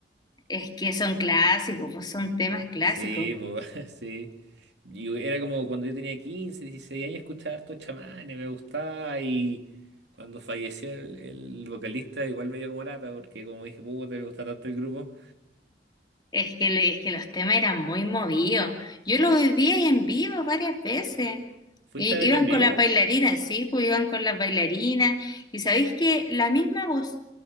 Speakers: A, on the left; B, on the right.
A: Es que son clásicos, pues son temas clásicos.
B: Sí, po, <laughs> sí. Y era como cuando yo tenía 15 16 años, escuchaba harto chamanes, me gustaba. Y cuando falleció el, el vocalista, igual me dio como lata, porque como dije, puta, me gusta tanto el grupo.
A: Es que, le- es que los temas eran muy movidos. Yo lo viví ahí en vivo varias veces.
B: ¿Fuiste
A: Y
B: a verlo
A: iban
B: en vivo?
A: con las bailarinas, sí, pues iban con las bailarinas. Y sabéis que la misma voz,